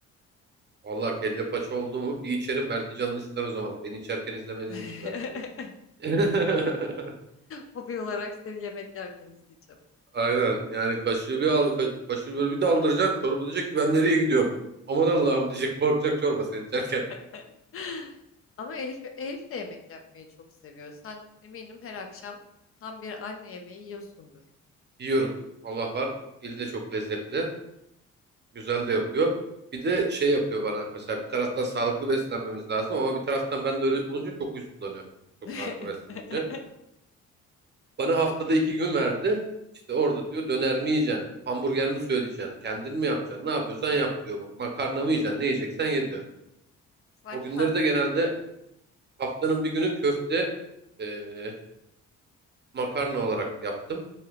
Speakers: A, on the right (about 35°); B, on the left (about 45°).
A: Vallahi kelle paça oldu mu bir içerim belki canın ister o zaman. Beni içerken izlemediğin
B: <laughs>
A: için belki de. <laughs>
B: Hobi olarak seni yemek yerken izleyeceğim.
A: Aynen yani kaşığı bir al, ka- kaşığı böyle bir daldıracaksın. Çorba diyecek ki ben nereye gidiyorum? Aman Allah'ım diyecek korkacak çorba sen içerken.
B: <laughs> Ama Elif, Elif de yemek yapmayı çok seviyor. Sen eminim her akşam tam bir anne yemeği yiyorsundur.
A: Yiyorum. Allah var. Eli de çok lezzetli. Güzel de yapıyor. Bir de şey yapıyor bana mesela bir taraftan sağlıklı beslenmemiz lazım ama bir taraftan ben de öyle olunca çok huysuzlanıyorum. Çok
B: <laughs>
A: sağlıklı beslenince. Bana haftada iki gün verdi. İşte orada diyor döner mi yiyeceksin? Hamburger mi söyleyeceksin? Kendin mi yapacaksın? Ne yapıyorsan yap diyor. Makarna mı yiyeceksin? Ne yiyeceksen ye diyor.
B: Sanki
A: O günleri
B: hafta
A: de genelde haftanın bir günü köfte eee, makarna olarak yaptım.